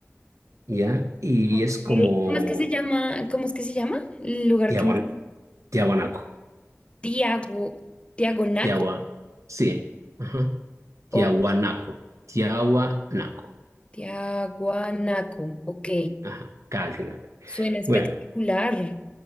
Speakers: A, on the right; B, on the left.
A: ¿ya? Y
B: Ok.
A: es como
B: ¿Cómo es que se llama? ¿Cómo es que se llama? El lugar
A: Tiahuan,
B: que... me...
A: Tiahuanaco,
B: Tiago, Tiagonaco
A: Tiahua, sí, ajá, Tiahuanaco,
B: o
A: Tiahuanaco,
B: Tiaguanaco. Ok.
A: ajá, K al final.
B: Suena espectacular.
A: Bueno,